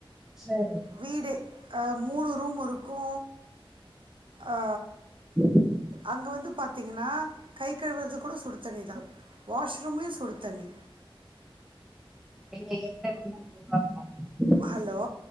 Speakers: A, in the centre; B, on the right.
A: சேரி
B: வீடு அ மூணு ரூம் இருக்கு அ
A: ம்
B: அங்க வந்து பாத்தீங்கனா கை கழுவுறது கூட சுடு தண்ணி தா வாஷ்ரூம்லயு சுடு தண்ணி
A: என்ன <inaudible>
B: ஹலோ